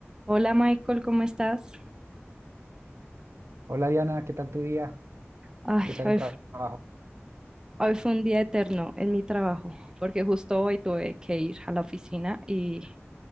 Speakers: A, on the right (about 15°); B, on the right (about 70°).
A: Hola Michael, ¿cómo estás?
B: Hola Diana, ¿qué tal tu día?
A: Ay,
B: ¿Qué tal
A: hoy,
B: el
A: f-
B: tra- trabajo?
A: hoy fue un día eterno en mi trabajo, porque justo hoy tuve que ir a la oficina y